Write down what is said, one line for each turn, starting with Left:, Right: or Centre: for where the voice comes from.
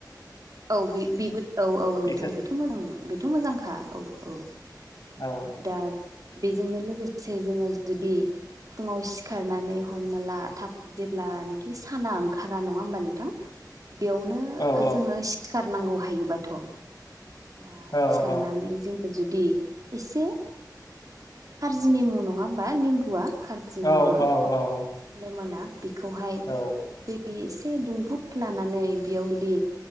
Right: औ बेबो औ औ नोंथां
Left: एक्सार
Right: बेथ' मोजां-बेथ' मोजांखा औ औ
Left: औ
Right: दा बेजोंनो लोगोसे लोगोसे जोङो जुदि फुङाव सिखारनानै हमना ला थाब जेब्लानोखि साना ओंखारा नङा होमबा नोंथां? बेयावनो
Left: औ औ
Right: जोङो सिखारनांगौ हायोबाथ'। दा
Left: औ
Right: सिखारनानै
Left: औ
Right: जों जुदि एसे खारजि निमुं नङा होमबा लिम्बुआ? खारजि
Left: औ
Right: निमबुआ।
Left: औ औ।
Right: लेमना, बेखौहाय
Left: औ
Right: दै एसे दुंब्रुद लानानै बेयाव बिदि